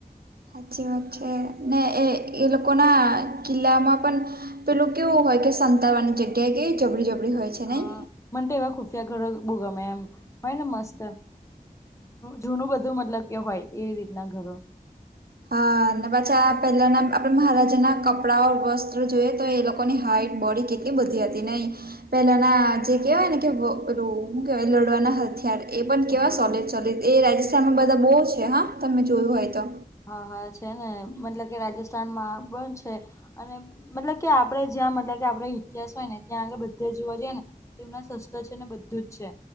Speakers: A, on the right (about 85°); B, on the left (about 20°).
A: સાચી વાત છે ને એ એ લોકોના કિલ્લામાં પણ. પેલું કેવું હોય કે સંતાવાની જગ્યાએ કે જબડી જબરી હોય. છે
B: હા
A: નહી
B: મને તો એવા ખુફિયા ઘરો બો ગવમે એમ ભાઈ ને મસ્ત. જૂનું બધું મતલબ કે હોય એ રીતના ઘરો.
A: હ પછી આ પેલાના આપણે મહારાજાના કપડાઓ વસ્ત્ર જોઈએ તો એ લોકોની હાઈટ બોડી કે. એ બધી હતી નહી પેલાના જે કેહેવાય ને કે હું કેવાય લડવાના. ખર એ પણ કેવા
B: હા
A: સોલ સોલ એ રાજસ્થાનમાં બધા બહુ છે હા તમે જોયું હોય તો.
B: હા હા છે ને મતલબ કે રાજસ્થાનમાં બંધ છે. અને મતલબ કે આપડે જ્યાં મતલબ કે આપણે ઇતિહાસ હોય ને ત્યાં આગળ બધે જોવા જઈએ ને. તેમના સસ્તા છે ને બધુંજ છે.